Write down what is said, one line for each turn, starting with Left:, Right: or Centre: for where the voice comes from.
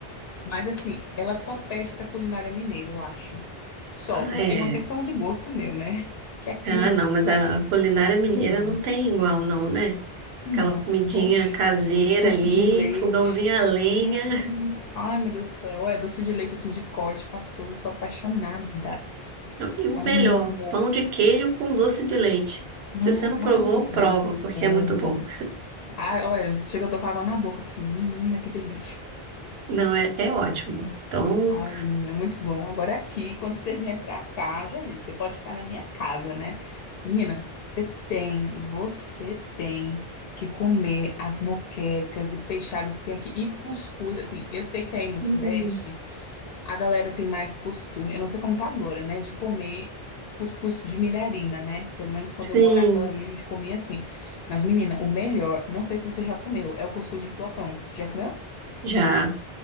Left: Mas assim, ela só perde pra culinária mineira, eu acho. Só,
Right: Ah,
Left: porque
Right: é.
Left: é uma questão de gosto meu, né? <laughs> Que aqui,
Right: Ah, não, mas a, a culinária mineira
Left: bom,
Right: não tem igual, não, né?
Left: não,
Right: Aquela comidinha
Left: oxe,
Right: caseira
Left: doce
Right: ali,
Left: de leite.
Right: fogãozinho a lenha.
Left: Hum, ai, meu Deus do céu. Olha, doce de leite assim de corte pastoso, eu sou apaixonada.
Right: E o
Left: Amo.
Right: melhor, pão de queijo com doce de leite.
Left: Não,
Right: Se você não provou,
Left: ai, meu
Right: prova,
Left: Deus do
Right: porque
Left: céu.
Right: é muito bom.
Left: Ai, olha, chega, eu tô com água na boca aqui. Menina, que delícia.
Right: Não, é, é ótimo. Então,
Left: Ai, menina, é muito bom. Agora é aqui, quando você vier pra cá, já disse, você pode ficar na minha casa, né? Menina, você tem, você tem que comer as moquecas e peixadas que tem aqui e cuscuz. Assim, eu sei que aí no Sudeste.
Right: hum,
Left: A galera tem mais costume, eu não sei como tá agora, né? De comer cuscuz de milharina, né? Pelo menos quando
Right: sim,
Left: eu morava aí, a gente comia assim. Mas, menina, o melhor, não sei se você já comeu, é o cuscuz de flocão. Você já comeu?
Right: já.